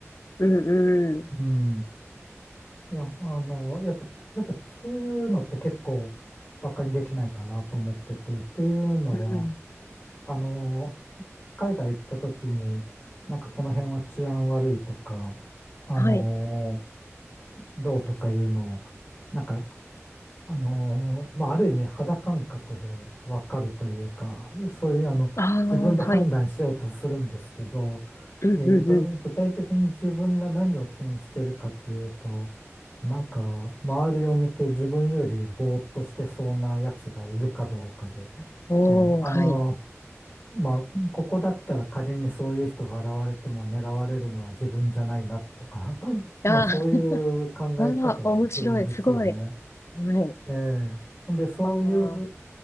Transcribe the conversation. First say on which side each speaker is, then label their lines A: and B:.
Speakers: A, on the left; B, on the left.
A: うんうん。
B: うん。いや、あの、やっぱ、やっぱそういうのって結構バカにできないかなと思ってて、っていうのは、
A: うん。
B: あの、海外行った時に、なんかこの辺は治安悪いとか、あの、
A: はい。
B: どうとかいうのを、なんかあのー、まあ、ある意味肌感覚でわかるというか、そういうあの、
A: ああ、
B: 自分で判断しようとするんですけど、
A: はい。うんうんうん。
B: えーと、具体的に自分が何を気にしてるかっていうと、なんか、周りを見て自分よりぼーっとしてそうなやつがいるかどうかで、
A: おー、
B: えーあの
A: はい。
B: ー、まあ、ここだったら仮にそういう人が現れても狙われるのは自分じゃないなとか、<laughs>
A: あー
B: まあ、そういう考え方をするんですよね。
A: <laughs> あー、面白い。すごい。はい。
B: ええ。ほんで、そういう、
A: ああ、